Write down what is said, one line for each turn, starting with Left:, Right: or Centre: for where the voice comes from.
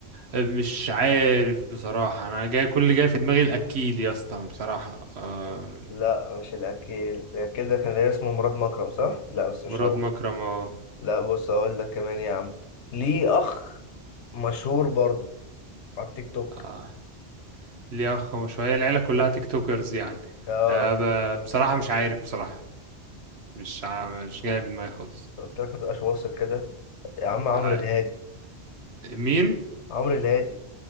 Right: مش عارف بصراحة أنا جاي كل اللي جاي في دماغي الأكيل يا اسطى بصراحة آه
Left: لا مش الأكل الأكل ده كان اسمه مراد مكرم صح؟ لا بس مش
Right: مراد
Left: هو
Right: مكرم اه
Left: لا بص أقول لك كمان يا عم ليه أخ مشهور برضو على التيك توك
Right: آه، ليه أخ ما شوية العيلة كلها تيك توكرز يعني
Left: اه
Right: آه ب- بصراحة مش عارف بصراحة مش ع- مش جاي في دماغي خالص
Left: قلت لك ما تبقاش واثق كده يا عم عمرو
Right: آه
Left: الهادي
Right: مين؟
Left: عمرو الهادي